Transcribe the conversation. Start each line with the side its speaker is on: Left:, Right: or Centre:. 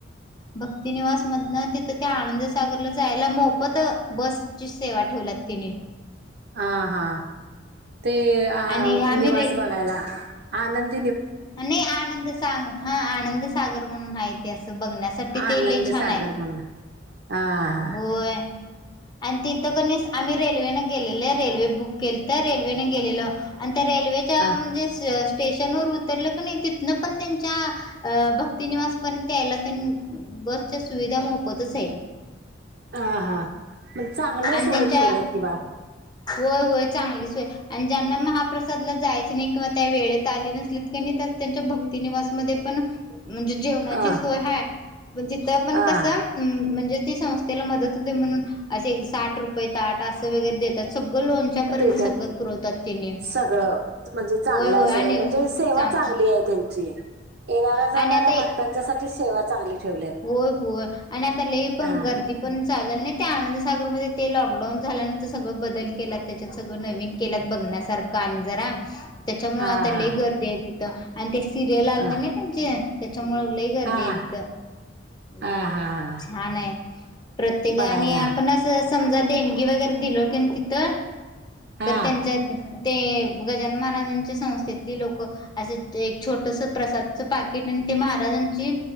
Left: भक्तीनिवास मधन तिथं त्या आनंदसागरला जायला मोफत बसची सेवा ठेवलाय तिने
Right: अ हा. ते अ
Left: आणि आम्ही
Right: -निवास बघायला. ते आनंद
Left: नाही आनंद, हा आनंद सागर म्हणून आहे तेि अस बघण्यासाठी. ते
Right: आनंद
Left: लई छान
Right: सागर
Left: आहे.
Right: म्हणून हा हा.
Left: होय आणि तिथं कनी आम्ही रेल्वेने गेलेलो. रेल्वे बुक केलंत रेल्वेने गेलेलो. आम्ही - तर रेल्वेच्या
Right: हा
Left: म्हणजे स्टेशन वर उतरलं की नाही, तिथनं पण त्यांच्या भक्तीनिवास पर्यंत यायला बस च्या सुविधा मोफतच आहेत.
Right: हा हा म्हणज चांगलं
Left: आणि
Right: सोय
Left: त्यांच्या
Right: ठेवल्यात किं बा-
Left: होय होय चांगली सोय आणि ज्यांना महाप्रसादला जायच किंवा त्या वेळेत आली नसली त्यांच्या भक्तीनि वासमध्ये पण म्हणजे जेवणाची
Right: अ
Left: सोय हाय. पण तिथं पण
Right: हा
Left: कसं म्हणजे संस्थेला मदत होते म्हणून साठ रुपये ताट अस वगैरे देतात. सगळ लोणच्या पर्यंत
Right: देत्यात
Left: सगळ पुरवतात तिने.
Right: सगळं म्हणजे चांगलं
Left: होय होय
Right: आहे सगळं
Left: आणि
Right: म्हणजे सेवा
Left: चांग
Right: चांगली आहे त्यांची. येणाऱ्या जाणाऱ्या
Left: आणि आता
Right: भक्तांच्या साठी सेवा चांगली. ठेवल्यात
Left: होय होय आणि आता लई पण
Right: हा
Left: गर्दी पण चा नाही ते. आनंदसागर मध्ये ते लॉकडाऊन झाल्यानंतर सगळं बदल केलात त्याच्यात सगळं नवीन केलात बघ. बघण्यासारखं आणि जरा त्याच्यामुळे
Right: हा
Left: आता
Right: हा
Left: लई गर्दी आहे तिथं आणि ते सिरियल आलं
Right: हा
Left: तर ना त्यांचे त्याच्यामुळे लई गर्दी
Right: हा
Left: आहे तिथं. होय.
Right: हा हा हा
Left: छान आहे. प्रत्येकाने
Right: बघायला
Left: आपण अस - समजा देणगी वगैरे दिल की तिथ.
Right: हा
Left: तर त्यांच्या- ते गजानन महाराजांच्या संस्थेतली लोकं असं एक छोटस प्रसादचं पाकिट - महाराजांची